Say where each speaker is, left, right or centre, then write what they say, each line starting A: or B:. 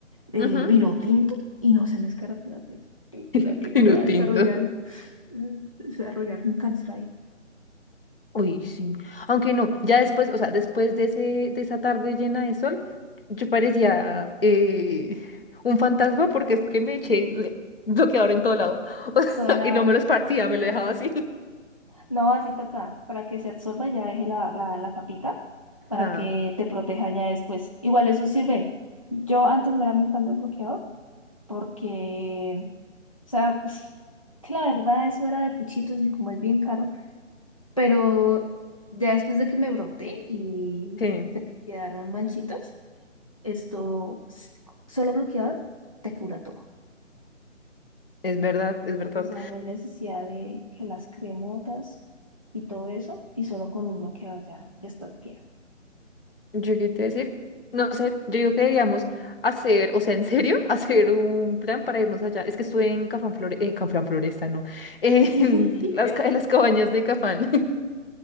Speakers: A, on the left; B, on the left.
A: eh,
B: ujú.
A: vino tinto y no se me escarapela la piel.
B: <laughs>
A: ¿Será que me
B: Vino
A: voy a desarrollar,
B: tinto.
A: eh, desarrollar un cáncer ahí?
B: Uy, sí. Aunque no, ya después, o sea, después de ese, de esa tarde llena de sol, yo parecía eh, un fantasma porque es que me eché de- bloqueador en todo lado. <laughs> O sea,
A: Todo lado.
B: y no me lo esparcía, me lo dejaba así.
A: No, así toca, para que se absorba ya deje la, la, la capita, para
B: Ajá,
A: que te proteja ya después. Igual eso sirve. Yo antes no era muy fan del bloqueador, porque, o sea, pues, que la verdad eso era de puchitos y como es bien caro, pero ya después de que me broté y
B: sí,
A: se me quedaron manchitas, esto, s- solo bloqueador te cura todo.
B: es verdad, es verdad.
A: O sea, no hay necesidad de que las cremotas y todo eso, y solo con un bloqueador ya, ya estás bien.
B: Yo qué te iba a decir, no sé, yo digo que deberíamos hacer, o sea, en serio, <laughs> hacer un plan para irnos allá. Es que estuve en Cafán Flore, eh, Cafán Floresta, no, <laughs> en
A: <laughs>
B: las, ca- en las cabañas de Cafán. <laughs>